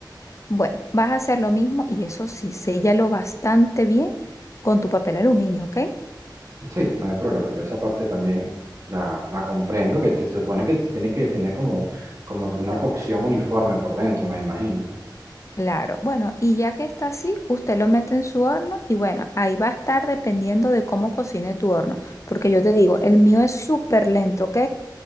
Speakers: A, on the left (about 40°); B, on the right (about 40°).
A: Bueno, vas a hacer lo mismo y eso sí, séllalo bastante bien con tu papel aluminio, ¿ok?
B: Sí, no hay problema. Yo esa parte también la, la comprendo, que te, se supone que tiene que tener como, como una cocción uniforme por dentro, me imagino.
A: Claro, bueno, y ya que está así, usted lo mete en su horno y bueno, ahí va a estar dependiendo de cómo cocine tu horno, porque yo te digo, el mío es súper lento, ¿ok?